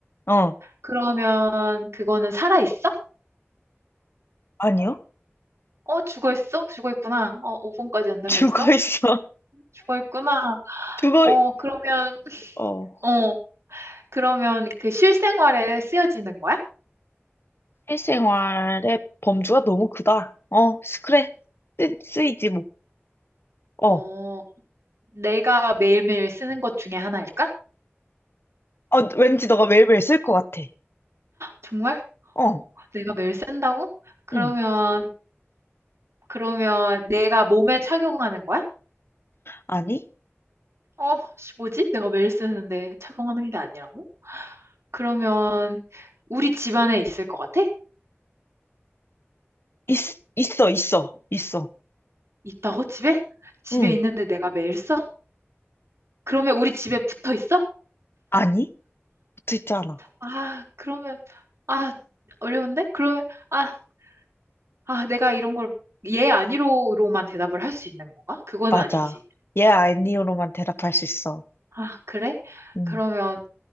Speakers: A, on the left (about 60°); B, on the right (about 80°).
A: 어,
B: 그러면 그거는 살아있어?
A: 아니요.
B: 어, 죽어있어? 죽어있구나. 어, 5번까지였네
A: <laughs> 죽어
B: 벌써?
A: 있어.
B: 죽어있구나.
A: 죽어,
B: 어,
A: 있-
B: 그러면,
A: 어.
B: 어, 그러면 그 실생활에 쓰여지는 거야?
A: 실생활의 범주가 너무 크다. 어, 쓰- 그래. 쓰, 쓰이지, 뭐. 어.
B: 어, 내가 매일매일 쓰는 것 중에 하나일까?
A: 어, 왠지 너가 매일매일 쓸 것 같아.
B: 정말?
A: 어,
B: 내가 매일 쓴다고? 그러면,
A: 응.
B: 그러면 내가 몸에 착용하는 거야?
A: 아니?
B: 어, 씨, 뭐지? 내가 매일 쓰는데 착용하는 게 아니라고? 그러면 우리 집 안에 있을 것 같아?
A: 있, 있어, 있어, 있어.
B: 있다고 집에? 집에
A: 응.
B: 있는데 내가 매일 써? 그러면 우리 집에 붙어 있어?
A: 아니? 듣지 않아.
B: 아, 그러면 아, 어려운데? 그러면 아, 아, 내가 이런 걸 얘 아니로로만 대답을 할 수 있는 건가? 그건
A: 맞아.
B: 아니지.
A: 예, 아니요로만 대답할 수 있어.
B: 아, 그래?
A: 응.
B: 그러면